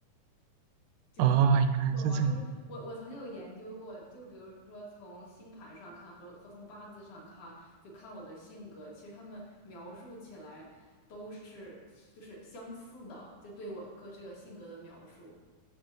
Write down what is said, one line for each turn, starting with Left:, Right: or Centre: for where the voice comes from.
Left: 就是你懂吗？
Right: 哦，原来是这样，
Left: 就是我我曾经有研究过，就比如说从星盘上看和和从八字上看，就看我的性格，其实他们描述起来都是就是相似的，就对我哥这个性格的描述，